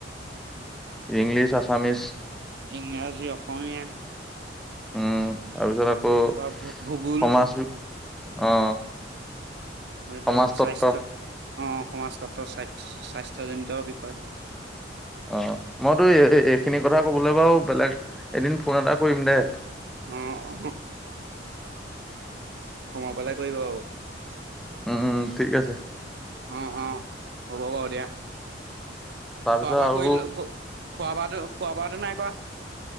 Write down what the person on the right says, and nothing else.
ইংৰাজী অসমীয়া।
তাৰপা ভূগোল
এইটো
স্বাস্থ্য অ সমাজ তত্ব স্বাস্থ স্বাস্থ্যজনিত বিষয়।
অহ <unintelligible> সময় পালেই কৰিবা আৰু।
অ অ হ'ব বাৰু দিয়া।
খোৱা বোৱা
কৰি ঔষ খোৱা বোৱাটো খোৱা বোৱাটো নাই কৰা?